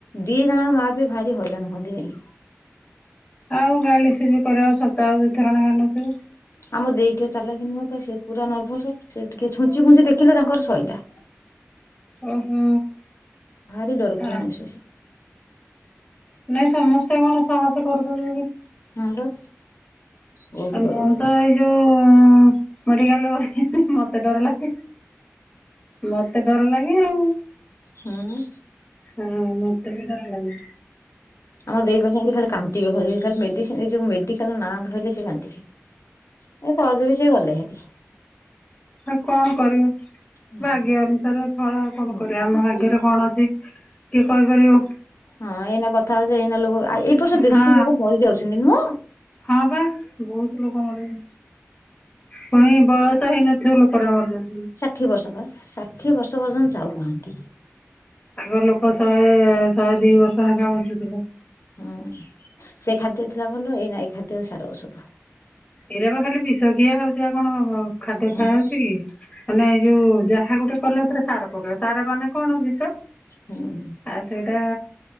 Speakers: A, on the left; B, on the left.
A: ଦି ଜଣ ମା ବି ଭାରି ହଇରାଣ ହୁଅନ୍ତି <unintelligible>
B: ଆଉ ଡାଇଲିସିସ୍ କରିଆକୁ ସପ୍ତାହକୁ ଦୁଇଥର ନେଖା ନେବେ।
A: ଆମର ଦେଇ ଟିକେ ଚାଲାକି ବା ସେ ପୁରା ନର୍ଭସ, ସେ ଟିକେ ଛୁଞ୍ଚି ଫୁଞ୍ଚି ଦେଖିଲେ ତାଙ୍କର ସଇଲା।
B: ଓହୋ।
A: ଭାରି ଡରକୁୁରା
B: ହଁ
A: ମଣିଷ ସେ।
B: ନାଇଁ ସମସ୍ତେ କଣ ସାହସ କରିପାରିବେ କି।
A: ହଁ ବା। ବହୁତ
B: ଆ ମୁଁ
A: ଡରୁକୁରା
B: ତ ଏଇ ଯୋଉ ମେଡିକାଲ୍ ଗଲେ ବି ମତେ ଡର ଲାଗେ। ମତେ ଡର ଲାଗେ ଆଉ।
A: ହୁଁ।
B: ହଁ ମତେ ବି ଡର ଲାଗେ।
A: ଆମର ଦେଇ ବା ଖାଲି କାନ୍ଦିବ ଖାଲି, ଖାଲି ମେଡ଼ିସିନ୍ ଏଯୋଉ ମେଡିକାଲ୍ ନାଁ ଧଇଲେ ସେ କାନ୍ଦିବ। ଏ ସହଜ ବି ସେ ଗଲେ ହାରି।
B: ଆଉ କଣ କରିବ
A: ହୁଁ
B: ଭାଗ୍ୟ ଅନୁସାରେ ଫଳ ଆଉ କଣ କରିବା
A: ହଁ
B: ଆମ
A: ପା।
B: ଭାଗ୍ୟରେ କଣ ଅଛି କିଏ କହିପାରିବ।
A: ହଁ ଏଇନା କଥା ହେଉଚେ ଏଇନା ଲୋକ ଏଇ ବର୍ଷ ବେଶୀ
B: ହଁ
A: ଲୋକ ମରି ଯାଉଛନ୍ତି ନୁହଁ?
B: ହଁ ବା ବହୁତ ଲୋକ ମରିଗ ପୁଣି ବୟସ ହେଇନଥିବ ଲୋକଟା ମାରୁଛନ୍ତି।
A: ଷାଠିଏ ବର୍ଷ ବା ଷାଠିଏ ବର୍ଷ ପର୍ଯ୍ୟନ୍ତ ଯାଉନାହାନ୍ତି।
B: ତାଙ୍କ ଲୋକ ଶହେ ଶହେ ଦି ବର୍ଷ ଲେଖା ବଞ୍ଚୁଥିଲେ,
A: ହୁଁ ସେ ଖାଦ୍ୟ ଥିଲା ଭଲ, ଏଇ ନା ଏଇ ଖାଦ୍ୟ ସାର ଔଷଧ।
B: ଏଇରା ବା ଖାଲି ବିଷଖିଆ ହଉଛି ଆଉ କଣ ଖାଦ୍ୟ
A: ହଁ
B: ଖିଆ
A: ପା
B: ହଉଛି କି? ମାନେ ଏଇ ଯୋଉ ଯାହା ଗୋଟେ କଲେ ସାର ପକେଇବା ସାର ମାନେ କଣ ବିଷ।
A: ହୁଁ,
B: ଆଉ ସେଇଟା